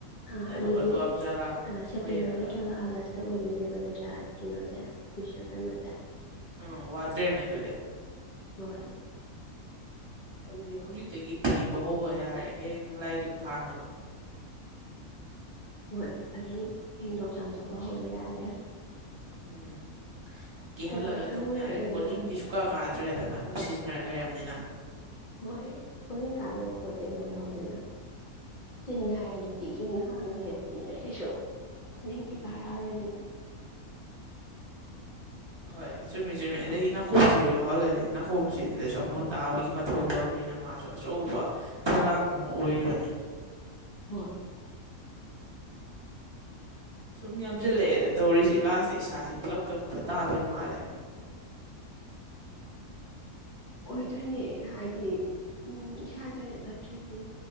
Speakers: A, on the left; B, on the right.
A: ꯑꯥ
B: ꯑꯗꯨꯒ
A: ꯑꯗꯨꯗꯤ
B: ꯗꯨꯔꯒꯥ ꯄꯨꯖꯥ ꯂꯥꯛ
A: ꯁꯦꯞꯇꯦꯝꯕꯔ
B: ꯂꯩꯔꯒ
A: ꯅꯠꯇ꯭ꯔꯒ ꯑꯥꯒꯁ ꯑꯣꯏꯗꯣꯏꯅꯦꯕ ꯅꯠꯇ꯭ꯔꯥ ꯀꯩꯅꯣꯁꯦ ꯕꯤꯁꯀꯔꯃꯁꯦ
B: ꯎꯝ ꯋꯥꯇꯔꯦꯅꯦ ꯑꯗꯨꯗꯤ
A: ꯍꯣꯏ
B: ꯑꯗꯨꯗꯤ ꯍꯧꯖꯤꯛꯇꯒꯤ ꯐꯦꯡꯕ ꯍꯧꯕ ꯌꯥꯔꯦ ꯍꯌꯦꯡ ꯂꯥꯏ-ꯗꯨꯛ ꯊꯥꯅꯕ
A: ꯍꯣꯏ ꯑꯗꯨꯝ ꯐꯦꯡꯗꯣꯛ ꯆꯥꯝꯊꯣꯛꯄ ꯍꯧꯕ ꯌꯥꯔꯦ꯫
B: ꯎꯝ ꯀꯤꯍꯜꯂꯒ
A: ꯀꯣꯛꯀꯇ
B: ꯊꯝ
A: ꯑꯣꯏꯔꯒꯅ
B: ꯌꯥꯔꯦ ꯀꯣꯂꯤꯡꯒꯤꯁꯨ ꯁꯨꯡꯀꯥ ꯀꯥꯗ꯭ꯔꯦꯗꯅ ꯑꯗꯨꯝ ꯁꯤꯖꯤꯟꯅꯔ ꯂꯩꯔꯕꯅꯤꯅ
A: ꯍꯣꯏ ꯀꯣꯂꯤꯡ ꯀꯥꯗꯧꯕ ꯄꯣꯠꯇꯤ ꯑꯃꯐꯥꯎ ꯌꯥꯎꯗꯅ ꯇꯤꯟ ꯍꯥꯏꯔ ꯅꯨꯡꯇꯤ ꯏꯤꯡꯅ ꯂꯩꯕꯅꯤꯅ ꯀꯩꯁꯨ ꯀꯡꯗꯤ ꯀꯥꯔꯛꯑꯔꯣꯏꯗꯅ
B: ꯍꯣꯏ ꯆꯨꯝꯃꯤ ꯆꯨꯝꯃꯤ ꯑꯗꯒꯤ ꯅꯥꯀꯣꯡꯁꯤꯁꯨ ꯌꯥꯎꯍꯜꯂꯁꯤ ꯅꯥꯀꯣꯡꯁꯤꯗꯁꯨ ꯑꯃꯨꯛ ꯇꯥꯕꯒꯤ ꯃꯊꯧ ꯇꯧꯔꯤꯕꯅꯤꯅ ꯃꯥꯁꯨ ꯑꯆꯧꯕ ꯊꯧꯗꯥꯡ ꯑꯃ ꯑꯣꯏꯔꯤꯕꯅꯤ
A: ꯍꯣꯏ
B: ꯁꯨꯝ ꯌꯥꯝꯁꯤꯜꯂꯛꯑꯦꯗ ꯇꯧꯔꯤꯁꯤ ꯂꯥꯁꯇ ꯏꯁꯥꯁꯤ ꯄꯨꯂꯞ ꯀꯛꯄ ꯇꯥꯗꯣꯏ ꯃꯥꯜꯂꯦ
A: ꯑꯣꯏꯗꯣꯏꯅꯦ ꯍꯥꯏꯗꯤ ꯎꯝ ꯏꯁꯥꯁꯦ ꯑꯣꯏꯅ ꯀꯠꯇ꯭ꯔꯗꯤ